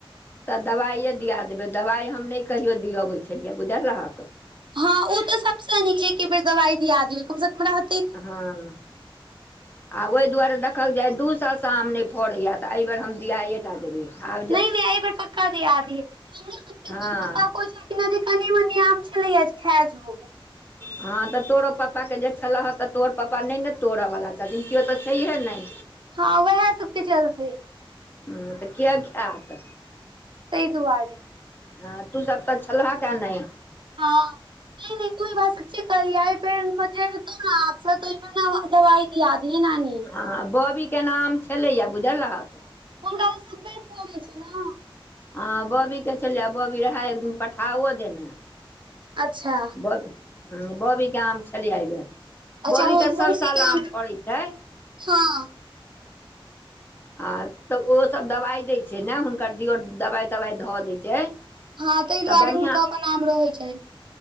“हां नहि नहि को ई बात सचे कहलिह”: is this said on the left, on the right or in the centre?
Right